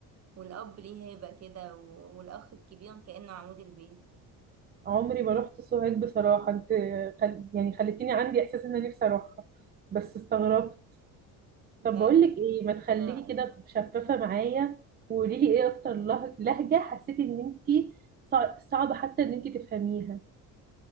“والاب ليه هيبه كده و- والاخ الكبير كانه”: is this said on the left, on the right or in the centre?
Right